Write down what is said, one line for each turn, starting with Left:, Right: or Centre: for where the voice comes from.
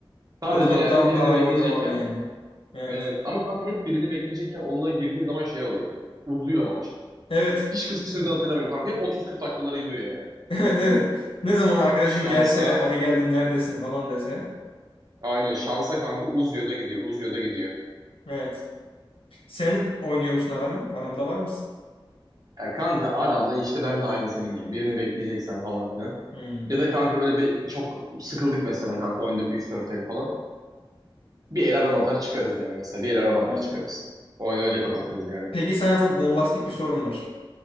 Right: Sadece
Left: Oturup
Right: yani
Left: da
Right: birini
Left: aram
Right: bekleyecekken
Left: oynamam yani. Evet.
Right: evet ama kanka hep birini bekleyecekken onunla girdiğin zaman şey oluyor. Uzuyor maç.
Left: Evet.
Right: Hiç
Left: <laughs>
Right: kısa süreden hatırlamıyorum kanka. Hep 30-40 dakikalara gidiyor yani.
Left: Evet evet. Ne zaman arkadaşım
Right: Şansa
Left: gelse hadi geldim neredesin falan dese.
Right: aynen şansa kanka uzuyor da gidiyor. Uzuyor da gidiyor.
Left: Evet. Sen oynuyor musun aramı? Aramda var mısın?
Right: Ya kanka aramda işte ben de aynı senin gibi. Birini bekleyeceksen falan filan.
Left: Hmm,
Right: Ya da kanka böyle be- çok sıkıldık mesela kanka oynadık üç dört el falan. Bir el arama atar çıkarız yani mesela. Bir el arama
Left: anladım.
Right: atar çıkarız. Oyunu öyle kapatırız yani.
Left: Peki sana çok bombastik bir sorum var.